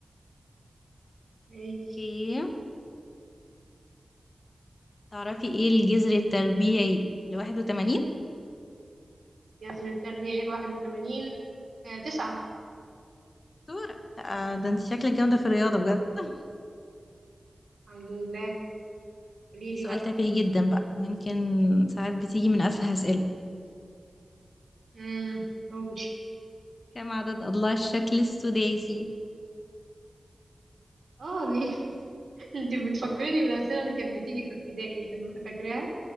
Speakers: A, on the right (about 75°); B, on the left (about 50°).
A: ماشي
B: اوكي تعرفي ايه الجذر التربيعي ل81
A: جذر التربيع الواحد وثمانين آه تسعة
B: دكتورة آه، ده انت شكلك جامدة في الرياضة بجد <laughs>
A: الحمد لله قولي
B: في
A: لي
B: سؤال
A: بقى
B: تافه جدا بقى ويمكن ساعات بتيجي من أسهل أسئلة
A: امم قولي
B: كم عدد أضلاع الشكل السداسي
A: اه ليه <laughs> انت بتفكريني بالاسئله اللي كانت بتيجي في ابتدائي فاهمة- فاكراها